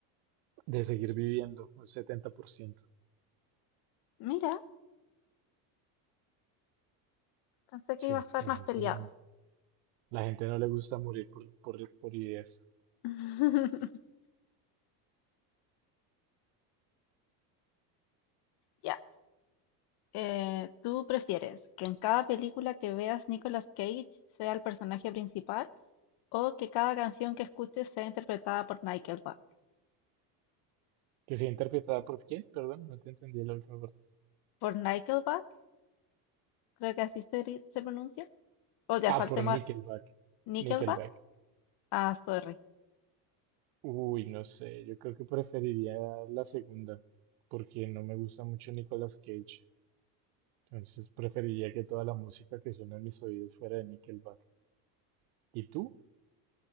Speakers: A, on the right; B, on the left.
A: De seguir viviendo, un setenta por ciento
B: Mira, pensé que
A: Sí,
B: iba a estar
A: la
B: más
A: gente
B: peleado.
A: no, la gente no le gusta morir por, por, por ideas.
B: <laughs> Ya, eh, ¿tú prefieres que en cada película que veas Nicolas Cage sea el personaje principal o que cada canción que escuches sea interpretada por Nickelback?
A: Que sea interpretada por quién, perdón, no te entendí la última parte.
B: Por Nickelback. creo que así se, ri- se pronuncia, o ya
A: Ah,
B: saltemos
A: por Nickelback.
B: a Nickelback.
A: Nickelback.
B: Ah, sorry.
A: Uy, no sé, yo creo que preferiría la segunda, porque no me gusta mucho Nicolas Cage. Entonces preferiría que toda la música que suena en mis oídos fuera de Nickelback. ¿Y tú?